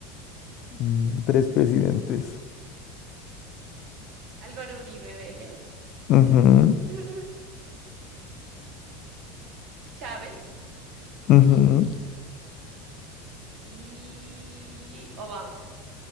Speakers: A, on the left; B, on the right.
A: Mm, Tres presidentes.
B: Álvaro Uribe Vélez,
A: Ujú,
B: <laughs> Chávez
A: ujú.
B: y Obama.